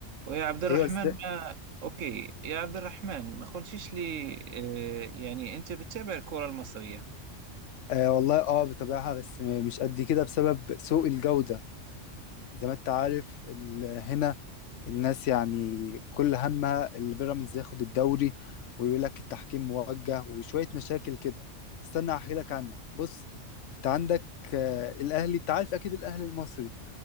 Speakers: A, on the right; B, on the left.
A: ويا عبد الرحمن
B: ايوه ازاي
A: ما أوكي يا عبد الرحمن ما قلتيش لي آه، يعني أنت بتتابع الكرة المصرية
B: آه والله اه بتابعها بس م- مش قد كده بسبب سوء الجودة زي ما انت عارف ال- هنا الناس يعني كل همها البيراميدز ياخد الدوري ويقول لك التحكيم موجه وشوية مشاكل كده استنى احكي لك عنها بص انت عندك آه الاهلي انت عارف اكيد الاهلي المصري